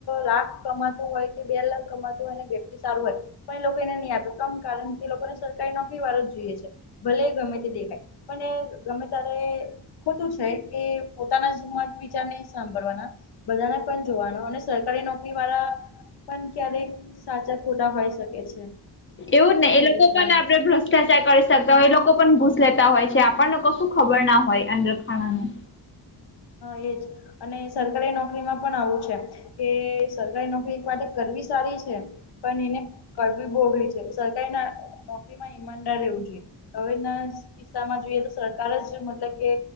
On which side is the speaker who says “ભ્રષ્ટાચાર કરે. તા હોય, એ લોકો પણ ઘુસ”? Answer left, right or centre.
Left